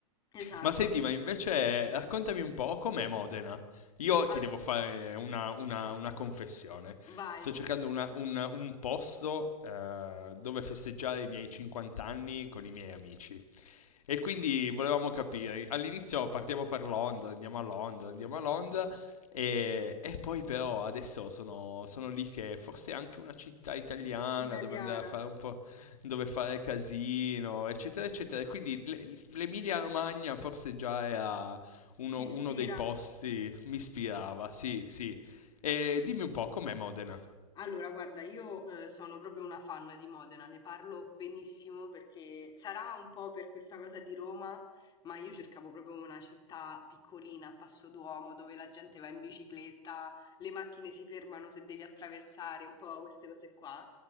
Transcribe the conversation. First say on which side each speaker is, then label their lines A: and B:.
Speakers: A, on the left; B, on the left.
A: Esatto.
B: Ma senti, ma invece raccontami un po' com'è Modena. Io
A: Al-
B: ti devo fare una, una- una confessione.
A: Vai,
B: Sto cercando una- un, un posto eh, dove festeggiare i miei 50 anni con i miei amici. E quindi volevamo capire, all'inizio partiamo per Londra, andiamo a Londra, andiamo a Londra, e, e poi però adesso sono, sono lì che forse è anche una città italiana
A: italiana,
B: dove andare a fare un po' dove fare casino, eccetera, eccetera. E Quindi le- l'Emilia Romagna forse già era uno,
A: ti ispira.
B: uno dei posti, mi ispirava, sì, sì. E dimmi un po', com'è Modena?
A: Allora, guarda, io eh, sono proprio una fan di Modena, ne parlo benissimo perché sarà un po' per questa cosa di Roma, ma io cercavo proprio una città piccolina, a passo d'uomo, dove la gente va in bicicletta, le macchine si fermano se devi attraversare, un po' queste cose qua.